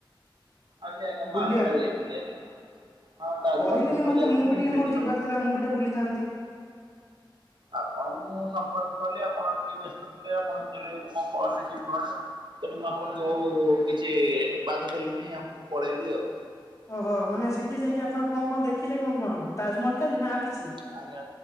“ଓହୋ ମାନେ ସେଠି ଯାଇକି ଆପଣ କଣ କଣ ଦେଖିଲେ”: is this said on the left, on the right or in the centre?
Left